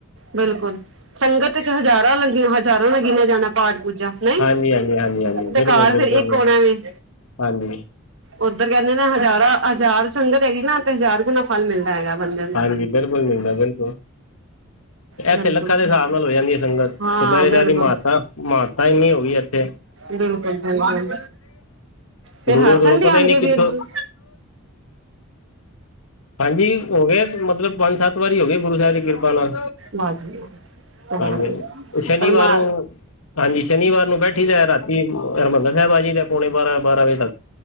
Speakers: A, on the right (about 60°); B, on the left (about 75°).
A: ਬਿਲਕੁਲ ਸੰਗਤ ਚ ਹਜ਼ਾਰਾਂ ਲੱਗੀਆਂ ਹਜ਼ਾਰਾਂ ਲੱਗੀਆਂ ਜਾਣਾ ਪਾਠ ਪੂ ਨਹੀਂ
B: ਹਾਂਜੀ, ਹਾਂਜੀ, ਹਾਂਜੀ, ਹਾਂਜੀ
A: ਤੇ
B: ਬਿਲਕੁਲ,
A: ਘਰ
B: ਬਿਲਕੁਲ
A: ਤੇ ਇਕ ਹੋਨਾ ਵੇ।
B: ਹਾਂਜੀ,
A: ਉੱਧਰ ਕਹਿੰਦੇ ਨੇ ਹਜ਼ਾਰਾਂ ਹਜ਼ਾਰ ਸੰਗਤ ਹੈਗੀ ਨਾ ਤੇ ਹਜ਼ਾਰ ਗੁਣਾ ਫਲ ਮਿਲਦਾ ਹੈਗਾ। ਬੰਦੇ ਨੂੰ
B: ਹਾਂਜੀ ਬਿਲਕੁਲ ਮਿਲਦਾ ਬਿਲਕੁਲ।
A: ਬਿਲਕੁਲ
B: ਇੱਥੇ ਲੱਖਾਂ ਦੇ ਹਿਸਾਬ ਨਾਲ ਹੋ ਜਾਂਦੀ ਹੈ ਸੰਗਤ ਚੁਪਹਿਰੇ
A: ਹਾਂ ਬਿਲਕੁਲ
B: ਸ਼ਹਿਬ ਦੀ ਮਹਾਤਾ ਮਹਾਨਤਾ ਇੰਨੀ ਹੋ ਗਈ ਇਥੇ।
A: ਬਿਲਕੁਲ-ਬਿਲਕੁਲ ਫੇਰ
B: ਦੂਰੋਂ
A: ਹਰ
B: ਦੂਰੋਂ
A: ਸੰਡੇ
B: ਪਤਾ
A: ਆਦੇ
B: ਹੀ ਨਹੀਂ
A: ਉ
B: ਕਿੱਥੋਂ
A: ਵੀਰ ਜੀ।
B: ਹਾਂਜੀ ਹੋ ਗਏ ਮਤਲਬ ਪੰਜ, ਸੱਤ ਵਾਰੀ ਹੋ ਗਏ ਗੁਰੂ ਸਾਹਿਬ ਦੀ ਕਿਰਪਾ ਨਾਲ।
A: ਵਾਹ ਜੀ ਵਾਹ ਚਲੋ
B: ਹਾਂਜੀ-ਹਾਂਜੀ
A: ਵਧੀਆ
B: ਤੇ ਸ਼ਨੀਵਾਰ
A: ਪਰਮਾ
B: ਨੂੰ ਹਾਂਜੀ ਸ਼ਨੀਵਾਰ ਨੂੰ ਬੈਠੀ ਦਾ ਰਾਤੀ ਹਰਿਮੰਦਰ ਸਾਹਿਬ ਆ ਜੀ ਦਾ ਪੌਣੇ ਬਾਰਾਂ-ਬਾਰਾਂ ਵਜੇ ਤੱਕ।